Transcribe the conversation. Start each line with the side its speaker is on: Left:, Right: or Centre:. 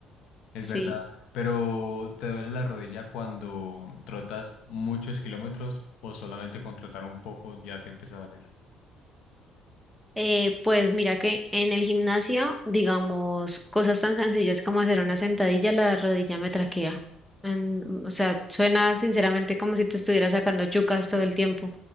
Left: Es
Centre: sí.
Left: verdad, pero ¿te duele la rodilla cuando trotas muchos kilómetros o solamente con trotar un poco ya te empieza a doler?
Centre: Eh, pues mira que en el gimnasio, digamos, cosas tan sencillas como hacer una sentadilla, la rodilla me traquea. En- o sea, suena sinceramente como si te estuviera sacando yucas todo el tiempo.